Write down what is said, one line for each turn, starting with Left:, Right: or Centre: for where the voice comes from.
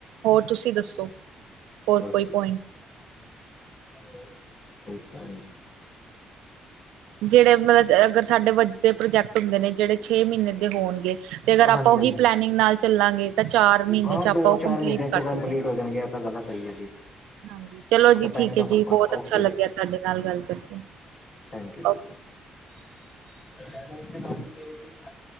Right: ਹੋਰ ਤੁਸੀਂ ਦੱਸੋ ਹੋਰ
Left: ਬਸ
Right: ਕੋਈ
Left: ਜੀ
Right: ਪੁਆਇੰਟ
Left: <inaudible>
Right: ਜਿਹੜੇ ਮਤਲਬ ਅਗਰ ਸਾਡੇ ਵੱਡੇ ਪ੍ਰੋਜੈਕਟ ਹੁੰਦੇ ਨੇ ਜਿਹੜੇ ਛੇ ਮਹੀਨੇ ਦੇ ਹੋਣਗੇ ਤੇ ਅਗਰ ਆਪਾਂ
Left: ਹਾਂਜੀ
Right: ਉਹੀ
Left: ਹਾਂਜੀ
Right: ਪਲੈਨਿੰਗ ਨਾਲ ਚੱਲਾਂਗੇ ਤਾਂ ਚਾਰ ਮਹੀਨੇ
Left: ਹਾਂ
Right: ਚ ਆਪਾਂ
Left: ਦੋ
Right: ਉਹ
Left: ਚਾਰ
Right: ਕੰਪਲੀਟ
Left: ਮਹੀਨਿਆਂ ਚੋਂ
Right: ਕਰ
Left: ਕੰਪਲੀਟ
Right: ਸਕਦੇ ਹਾਂ।
Left: ਹੋ ਜਾਣਗੇ ਤਾਂ ਗੱਲ ਸਹੀ ਹੈ ਜੀ
Right: ਹਾਂਜੀ ਚਲੋ
Left: ਉਹ ਤਾਂ
Right: ਜੀ
Left: ਟਾਈਮ
Right: ਠੀਕ
Left: ਦਾ
Right: ਹੈ
Left: ਫ਼ਰਕ
Right: ਜੀ
Left: ਪੈਂਦਾ
Right: ਬਹੁਤ ਅੱਛਾ
Left: ਓਕੇ
Right: ਲੱਗਿਆ
Left: ਜੀ
Right: ਤੁਹਾਡੇ ਨਾਲ ਗੱਲ ਕਰਕੇ
Left: ਥੈਂਕ ਯੂ
Right: ਓਕੇ
Left: ਜੀ। <inaudible>